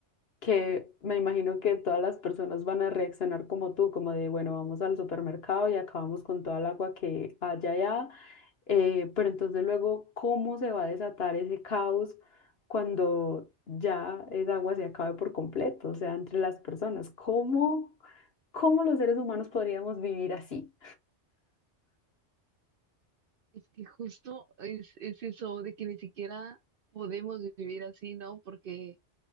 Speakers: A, on the left; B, on the right.
A: que me imagino que todas las personas van a reaccionar como tú, como de, bueno, vamos al supermercado y acabamos con toda el agua que haya allá, eh, pero entonces luego, ¿cómo se va a desatar ese caos cuando ya esa agua se acabe por completo, o sea, entre las personas? ¿Cómo, cómo los seres humanos podríamos vivir así?
B: Es que justo es, es eso de que ni siquiera podemos vivir así, ¿no? Porque